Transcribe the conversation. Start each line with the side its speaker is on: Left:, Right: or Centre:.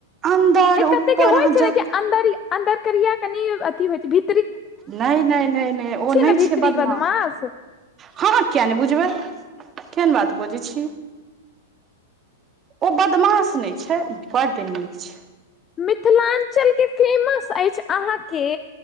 Right: अन्दर
Left: नै
Right: ऊपर
Left: कते के होइ
Right: अहाँ
Left: छै
Right: जत
Left: ने अन्दरिया अन्दर करिया कनि अथि होइ छै भी
Right: नै नै नै नै ओ नै
Left: ने भीतरी
Right: छै बदमास।
Left: बदमाश
Right: हां हां किया नै बुझबै केहन बात बजै छी। ओ बदमाश नै छै बड निक छै।
Left: मिथिलांचल के फेमस ऐइछ अहाँके